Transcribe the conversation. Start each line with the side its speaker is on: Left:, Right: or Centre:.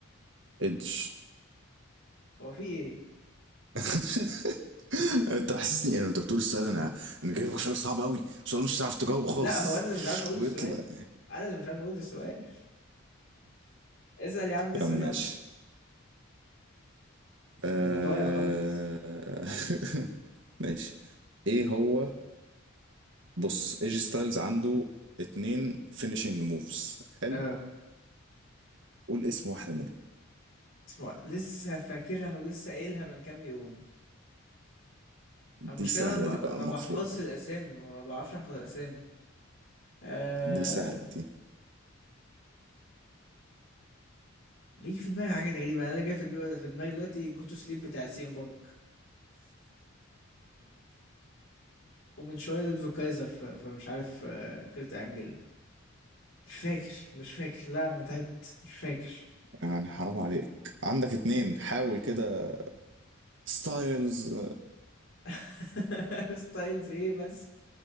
Right: ادج
Left: هو في إيه؟
Right: <laughs> انت حسسني يعني انت بتقول السؤال انا انا جايب لك سؤال صعب قوي سؤال مش هتعرف تجاوبه خالص
Left: لا هو أنا اللي مش عارف أقول
Right: ويطلع
Left: السؤال أنا اللي مش عارف أقول السؤال <laughs> اسأل يا عم اسأل
Right: يا عم
Left: يا
Right: ماشي
Left: عم
Right: آه...
Left: ده أنا ضايع خالص
Right: <laughs> ماشي ايه هو بص ايجي ستايلز عنده اتنين فينيشنج موفز حلو
Left: اه
Right: قول اسم واحدة منهم
Left: اسمه لسه فاكرها ولسه قايلها من كام يوم
Right: دي
Left: المشكلة
Right: سهلة
Left: أنا ما
Right: دي بقى
Left: ما
Right: المفروض
Left: بحفظش الأسامي ما بعرفش أحفظ الأسامي أه...
Right: دي سهلة دي
Left: بيجي في دماغي حاجات غريبة يعني أنا اللي جاي في دلوقتي في دماغي دلوقتي جو تو سليب بتاع سي ام بانك ومن شوية لودفيج كايزر في... في مش عارف آه، كريت أنجل مش فاكر مش فاكر لا أنا تعبت مش فاكر
Right: يعني حرام عليك عندك اتنين حاول كده ستايلز
Left: <laughs> ستايلز إيه بس